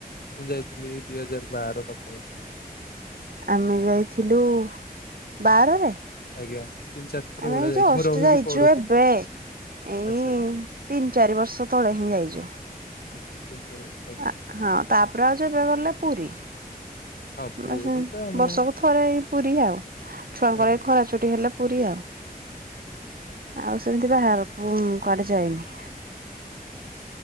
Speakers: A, on the left; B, on the right.
A: ମୁଁ ଯାଇଥିଲି ଦିଇ ହଜାର ବାର ପାଖ ପାଖି।
B: ଆମେ ଯାଇଥିଲୁ ବାରରେ,
A: ଆଜ୍ଞା ତିନି ଚାରି ଥର
B: ଆମେ
A: ଭଳିଆ
B: ଏଇ
A: ଯାଇଛି
B: ଯୋଉ ଅଷ୍ଟି
A: ମୁଁ ରହିକି
B: ଯାଇଛୁ
A: ପଢୁଥିଲି
B: ଏବେ। ଏଇ-ଇ-ଇ
A: ଆଚ୍ଛା
B: ତିନି ଚାରି ବର୍ଷ ତଳେ ହିଁ ଯାଇଛୁ।
A: ହ ତିନି ଚାରି ଆଜ୍ଞା
B: ଅ ହଁ ତାପରେ ଆଉ ଯେବେ ଗଲେ ପୁରୀ।
A: ହଁ ପୁରୀ
B: <unintelligible>
A: ତ ମୁଁ
B: ବର୍ଷକୁ ଥରେ ଏଇ ପୁରୀ ଆଉ। ଛୁଆଙ୍କର
A: ଆଜ୍ଞା
B: ଏ ଖରାଛୁଟି ହେଲେ ପୁରୀ ଆଉ।
A: ଆଜ୍ଞା
B: ଆଉ ସେମିତି ବାହାର କୁ କୁଆଡ଼େ ଯାଇନି।